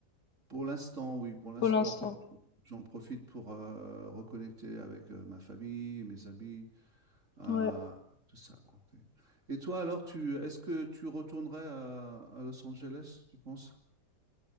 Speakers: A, on the right; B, on the left.
A: Pour l'instant, oui, pour l'instant,
B: pour l'instant.
A: après, j'en profite pour euh, reconnecter avec euh, ma famille, mes amis, euh,
B: Ouais.
A: tout ça. quoi. Et toi, alors, tu, est-ce que tu retournerais à, à Los Angeles, tu penses?